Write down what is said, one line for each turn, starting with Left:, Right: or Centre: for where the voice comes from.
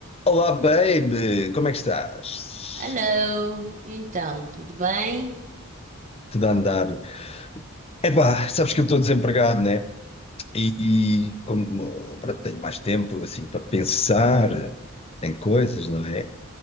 Left: Olá, baby! Como é que estás?
Right: Hello, então, tudo bem?
Left: Tudo a andar? Epá, sabes que eu estou desempregado, né? E, e como pronto, tenho mais tempo assim para pensar em coisas, não é?